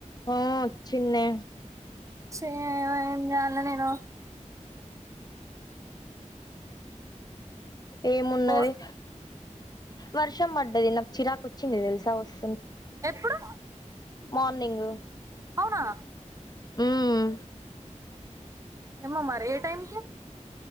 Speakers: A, on the left; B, on the right.
A: ఆ వచ్చిన్నే
B: చ ఆమె చేయాలి నేను
A: ఏమున్నది
B: ఓ
A: వర్షం పడ్డది నాకు చిరాకు వచ్చింది తెలుసా ఒస్
B: ఎప్పుడు
A: మార్నింగ్
B: అవునా
A: ఉమ్
B: మ్ మరి ఏ టైమ్ కి